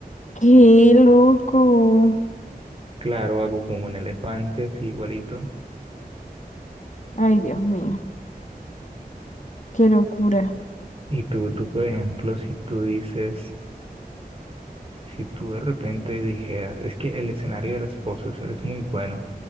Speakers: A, on the left; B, on the right.
A: Qué loco.
B: claro, hago como un elefante, así igualito.
A: Ay, Dios mío, qué locura.
B: Y tú, tú, por ejemplo, si tú dices, si tú de repente dijeras, es que el escenario del esposo es, es muy bueno,